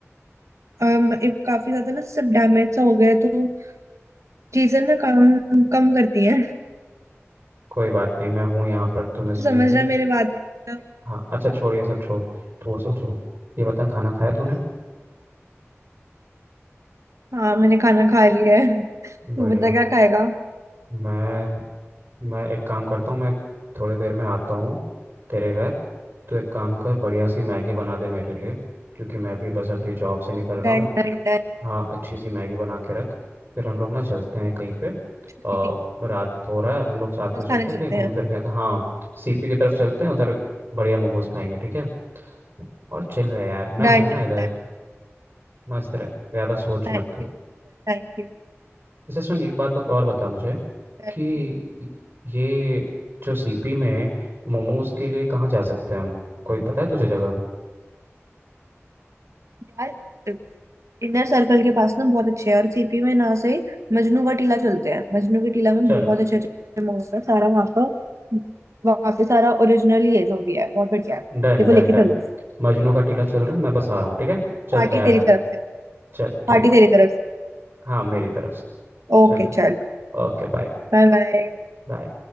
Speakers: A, on the right; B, on the right.
A: काफी ज्यादा ना सब डैमेज सा हो गया है, तो चीजें ना काम कम करती हैं
B: कोई बात नहीं मैं हूँ यहाँ पर
A: <laughs>
B: तुम्हें सुनने
A: तो समझ
B: के
A: रहा
B: लिए
A: है मेरी बात को?
B: हाँ अच्छा छोड़ ये सब छोड़ छोड़ सब छोड़ ये बता खाना खाया तूने
A: हाँ मैंने खाना खा लिया है तू
B: बढ़िया
A: बता क्या खाएगा
B: मैं मैं एक काम करता हूँ मैं थोड़ी देर में आता हूँ तेरे घर तो एक काम कर बढ़िया सी मैगी बना दे मेरे लिए क्योंकि मैं भी बस अभी जॉब से निकल रहा
A: Done
B: हूँ
A: done done
B: हाँ अच्छी सी मैगी बना के रख फिर हम लोग ना चलते हैं कहीं पे
A: ठीक
B: आ,
A: है
B: रात हो रहा है हम लोग साथ
A: मोमोज
B: में चलते
A: खाने
B: हैं
A: चलते
B: कहीं घूम
A: हैं
B: फिर के आते हैं हाँ सीपी की तरफ चलते हैं उधर बढ़िया मोमोज खाएंगे ठीक है और चिल रहे यार मैं
A: Done
B: हूं ना
A: done done
B: इधर
A: done,
B: मस्त रहे ज़्यादा सोच
A: Thank
B: मत
A: you so much thank you
B: जैसे सुन एक बात बत और बता मुझे
A: चल
B: कि
A: ठीक
B: ये जो सीपी में मोमोज के लिए कहाँ जा सकते हैं हम कोई पता है तुझे जगह
A: है यार इनर सर्कल के पास ना बहुत अच्छे है और सीपी में ना से मजनू का टीला चलते हैं मजनू के टीला में
B: चलो
A: बहुत अच्छे अच्छे मोमोज है सारा वहाँ का वहाँ पे सारा ओरिजिनल ही है जो भी है बहुत बढ़िया है
B: Done
A: देखो
B: done
A: लेके
B: done
A: चलो
B: मजनू का टीला चल रहा है मैं बस आ रहा हूँ ठीक है चल
A: पार्टी
B: तैयार
A: तेरी
B: रह
A: तरफ से
B: चल ठीक
A: पार्टी तेरी तरफ से
B: हाँ मेरी तरफ से
A: ओके
B: चलो
A: चल
B: Okay bye
A: Bye bye
B: बाय